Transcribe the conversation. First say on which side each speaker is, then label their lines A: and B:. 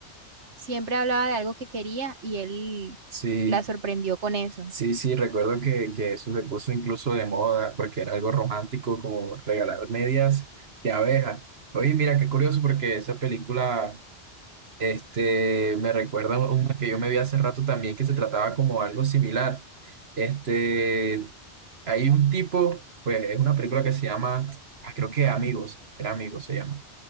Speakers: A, on the right; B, on the right.
A: siempre hablaba de algo que quería y él
B: sí.
A: la sorprendió con eso.
B: Sí, sí, recuerdo que, que eso se puso incluso de moda porque era algo romántico como regalar medias de abeja. Oye, mira, qué curioso porque esa película este, me recuerda a una que yo me vi hace rato también que se trataba como algo similar. Este, hay un tipo, pues es una película que se llama, ah, creo que Amigos, era Amigos se llama.